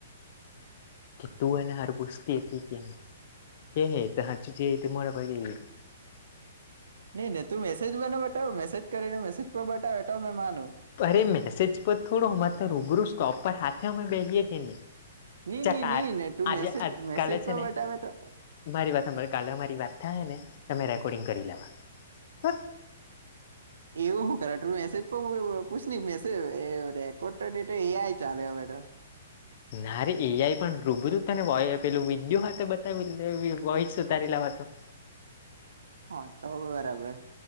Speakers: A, on the left; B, on the right.
A: કેતુ એને હારુ પૂછતી હતી એ કે કેહે તો હરચું જે તે મોઢા પર કહે.
B: નઈ નને તું મેસેજ મને બતાવ મેસેજ કરીને મેસેજ પણ બતાવ તો મે માનું.
A: અરે મેસેજ પર થોડો અમારે તો રૂબરૂ સ્ટોપ પર હા તો અમે બેહિયે કે નહીં
B: ની
A: ચકા
B: ની ની ને તું
A: આજે
B: મેસેજ
A: આજ
B: મેસેજ
A: કલે છે
B: પર
A: ને
B: બતાવે તો
A: મારી વાત સાંભળ કાલે આમારી વાત થાય ને તો રેકોર્ડિંગ કરી લેવા હા.
B: એવું હું કરે તું મેસેજ પણ પૂછ ની મેસેજ રે રેકોર્ડ તે તો એ આઈ ચાલે હવે તો.
A: ના રે એ આઈ પણ રૂબરૂ તને વોય પેલું વિડિયો હાથે બતાવી ને વી વોઇસ ઉતારી લેવાતો.
B: હા તો હવે બરાબર.